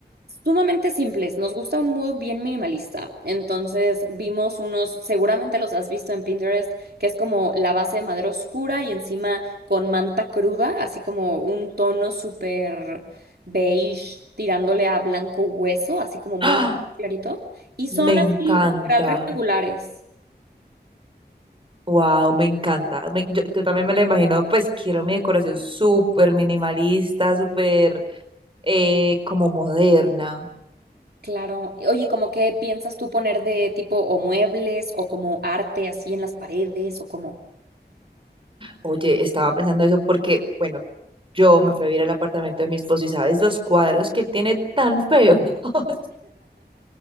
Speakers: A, on the right (about 65°); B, on the right (about 30°).
A: Sumamente simples, nos gusta un mood bien minimalista. Entonces vimos unos, seguramente los has visto en Pinterest, que es como la base de madera oscura y encima con manta cruda, así como un tono súper beige tirándole a blanco hueso, así como muy
B: ¡Ah!
A: clarito. Y son
B: Me
A: así
B: encanta.
A: literal rectangulares.
B: Wow, me encanta. Me- yo, yo también me lo imagino, pues quiero mi decoración súper minimalista, súper eh, como moderna.
A: Claro. Oye, ¿cómo qué piensas tú poner de tipo o muebles o como arte así en las paredes o como...
B: Oye, estaba pensando eso porque, bueno, yo me fui a vivir al apartamento de mi esposo y sabes los cuadros que él tiene tan feos. <laughs>